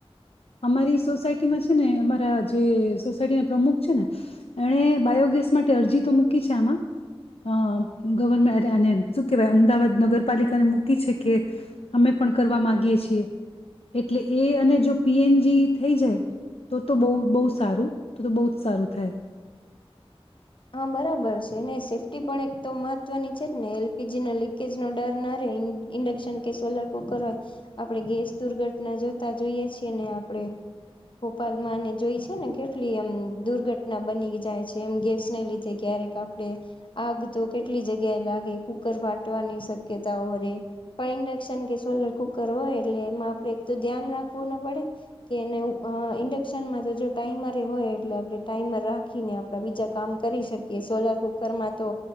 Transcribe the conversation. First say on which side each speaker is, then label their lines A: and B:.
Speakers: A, on the left; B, on the left.
A: અમારી સોસાયટીમાં છે ને અમારા જે સોસાયટી ના પ્રમુખ છે ને એણે બાયોગેસ માટે અરજી તો મૂકી છે આમાં અહ ગવરમહેર આને શું કહેવાય અમદાવાદ નગરપાલિકાને મૂકી છે કે અમે પણ કરવા માંગીએ છીએ એટલે એ અને જો પી એન જી થઈ જાય તો તો બહું બહું સારું તો તો બહુ જ સારું થાય.
B: હા બરાબર છે, અને સેફ્ટી પણ એક તો મહત્વની છે જ ને. એલ પી જી ના લીકેજ નો ડર ના રહેે ઇન્ડક્શન કે સોલાર કુકર હોય આપણે ગેસ દુર્ઘટના જોતા જોઈએ છીએ ને આપણેે ભોપાલમાંને જોઈ છે ને કેટલી એમ દુર્ઘટના બની જાય છે એમ ગેસ ને લીધે ક્યારેક આપણે આગ તો કેટલી જગ્યાએ લાગે, કુકર ફાટવાની શક્યતાઓ રે, પણ ઇન્ડક્શન કે સોલાર કુકર હોય એટલે એમાં આપણે એક તો ધ્યાન રાખવું ન પડે કે એને એવું ઇન્ડક્શનમાં તો જો ટાઈમરે હોય એટલે આપણે ટાઈમર રાખીને આપણા બીજા કામ કરી શકીએ સોલાર કુકરમાં તો